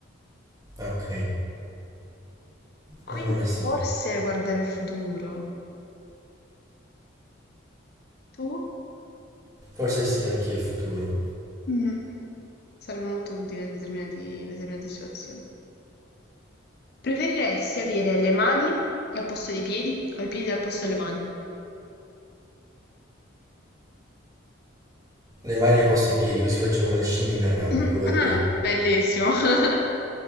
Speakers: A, on the right (about 15°); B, on the left (about 50°).
A: Ok,
B: Quindi
A: allora sì.
B: forse guardare il futuro. Tu?
A: Forse sì, anch'io il futuro.
B: Mm, sarebbe molto utile in determinati- in determinate situazioni. Preferiresti avere le mani al posto dei piedi o i piedi al posto delle mani?
A: Le mani ai posti i piedi, così faccio come le scimmie e mi arrampico
B: <coughs> <clears throat>
A: per bene.
B: Bellissimo. <laughs>